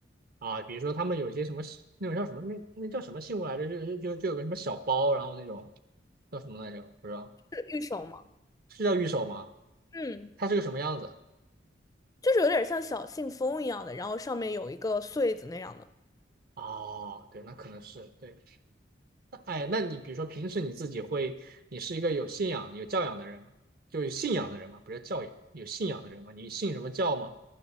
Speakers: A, on the right; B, on the left.
A: 啊，比如说他们有些什么那种叫什么那那叫什么信物来着？就就就就有个什么小包，然后那种叫什么来着？不知道
B: 是玉手吗？
A: 是叫玉手吗？
B: 嗯。
A: 它是个什么样子？
B: 就是有点像小信封一样的，然后上面有一个穗子那样的。
A: 哦，对，那可能是对。那哎，那你比如说平时你自己会，你是一个有信仰、有教养的人吗？就有信仰的人吗？不是教养，有信仰的人吗？你信什么教吗？